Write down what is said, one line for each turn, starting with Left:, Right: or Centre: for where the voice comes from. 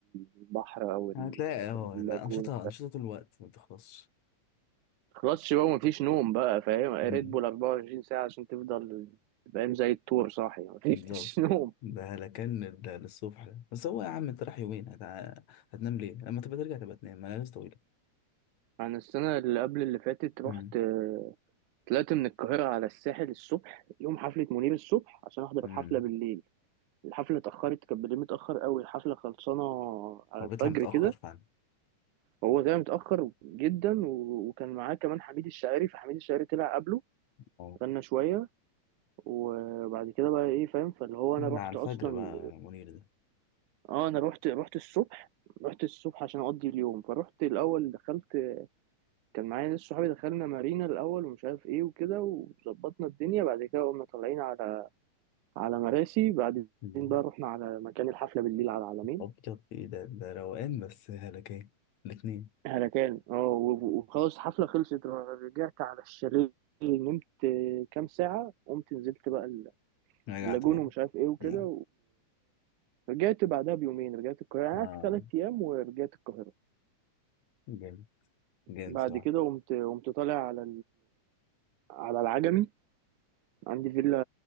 Right: البحر أو
Left: هتلاقي اه
Right: اللاجون
Left: لا أنشطة أنشطة طول الوقت ما بتخلصش
Right: خلاص بقى مفيش نوم بقى فاهم ريد
Left: امم
Right: بول 24 ساعة عشان تفضل فاهم زي الطور صاحي مفيش
Left: بالظبط
Right: <laughs> نوم
Left: ده لكن ال- للصبح ده. بس هو يا عم انت رايح يومين هتع... هتنام ليه لما تبقى ترجع تبقى تنام ملابس طويلة
Right: أنا السنة اللي قبل اللي فاتت رحت
Left: امم
Right: آه، طلعت من القاهرة على الساحل الصبح يوم حفلة منير الصبح عشان أحضر
Left: امم
Right: الحفلة بالليل الحفلة اتأخرت كانت بالليل متأخر قوي الحفلة خلصانة على
Left: هو
Right: الفجر
Left: بيطلع متأخر
Right: كده
Left: فعلا
Right: هو ده متأخر جدا و- وكان معاه كمان حميد الشاعري فحميد الشاعري طلع قبله
Left: اه
Right: غنى شوية وبعد كده بقى ايه فاهم فاللي هو انا
Left: لا
Right: رحت
Left: على الفجر
Right: اصلا
Left: بقى منير ده
Right: اه انا رحت رحت الصبح رحت الصبح عشان اقضي اليوم فرحت الاول دخلت كان معايا ناس صحابي دخلنا مارينا الاول ومش عارف ايه وكده وظبطنا الدنيا بعد كده قمنا طالعين على على مراسي بعدين
Left: مم.
Right: بقى رحنا على مكان الحفله بالليل على العلمين
Left: أبيض إيه ده ده روقان بس هلكان الاتنين
Right: على كان اه و- وخلاص الحفله خلصت رجعت على الشاليه نمت كام ساعه قمت نزلت بقى ال-
Left: رجعت
Right: اللاجون
Left: بقى
Right: ومش عارف ايه وكده
Left: نعم
Right: ورجعت بعدها بيومين رجعت القاهره أنا
Left: آه
Right: قعدت ثلاث ايام ورجعت القاهره
Left: جامد جامد
Right: بعد
Left: صراحة
Right: كده قمت قمت طالع على على العجمي عندي فيلا